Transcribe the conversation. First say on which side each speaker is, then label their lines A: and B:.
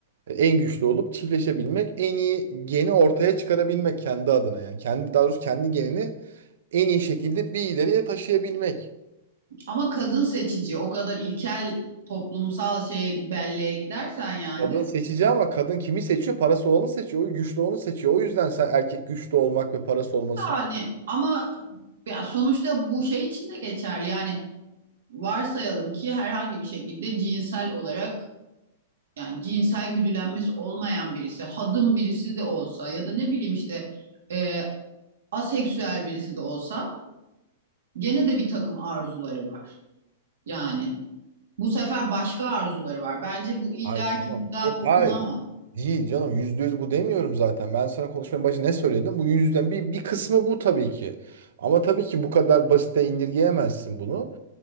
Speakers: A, on the right; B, on the right.
A: e, en güçlü olup çiftleşebilmek, en iyi geni ortaya çıkarabilmek kendi adına yani. Kendi, daha doğrusu kendi genini en iyi şekilde bir ileriye taşıyabilmek.
B: Ama kadın seçici o kadar ilkel toplumsal şeye belleğe gidersen yani
A: Kadın seçici ama kadın kimi seçiyor? Parası olanı seçiyor, o güçlü olanı seçiyor. O yüzden sen erkek güçlü olmak ve parası olmasını
B: yani ama ya sonuçta bu şey için de geçerli. Yani varsayalım ki herhangi bir şekilde cinsel olarak yani cinsel güdülenmesi olmayan birisi, hadım birisi de olsa ya da ne bileyim işte e, aseksüel birisi de olsa gene de bir takım arzuları var. Yani bu sefer başka arzuları var. Bence bu illaki
A: Ay tamam.
B: buradan
A: Yok
B: okunamaz.
A: hayır. Değil canım yüzde yüz bu demiyorum zaten. Ben sana konuşmanın başında ne söyledim? Bu yüzden bir, bir kısmı bu tabii ki. Ama tabii ki bu kadar basite indirgeyemezsin bunu.